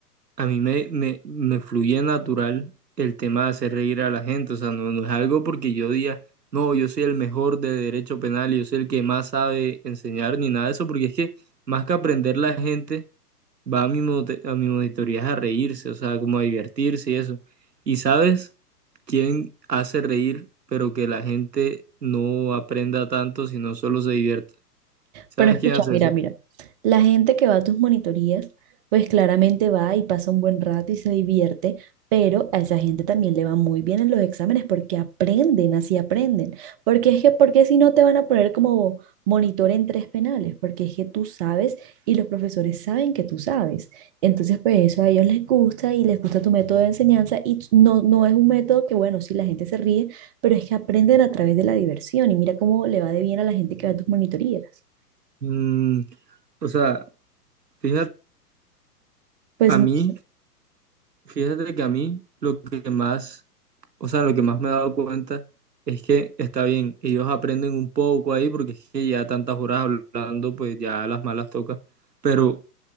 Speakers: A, on the right; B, on the right.
A: A mí me, me, me fluye natural el tema de hacer reír a la gente. O sea, no, no es algo porque yo diga, no, yo soy el mejor de derecho penal y yo soy el que más sabe enseñar ni nada de eso, porque es que más que aprender la gente. va a mi, mote- a mi monitoría a reírse, o sea, como a divertirse y eso. ¿Y sabes quién hace reír, pero que la gente no aprenda tanto, sino solo se divierta? ¿Sabes
B: Pero escucha,
A: quién hace
B: mira,
A: eso?
B: mira, la gente que va a tus monitorías, pues claramente va y pasa un buen rato y se divierte, pero a esa gente también le va muy bien en los exámenes porque aprenden, así aprenden. Porque es que, porque si no te van a poner como monitor en tres penales, porque es que tú sabes y los profesores saben que tú sabes. Entonces, pues eso a ellos les gusta y les gusta tu método de enseñanza y no, no es un método que, bueno, si la gente se ríe, pero es que aprenden a través de la diversión y mira cómo le va de bien a la gente que va a tus monitorías.
A: Mm, o sea, fíjate,
B: Pues
A: a
B: no
A: mí,
B: sé,
A: fíjate que a mí lo que más, o sea, lo que más me he dado cuenta es que está bien, ellos aprenden un poco ahí porque es que ya tantas horas hablando, pues ya las malas toca, pero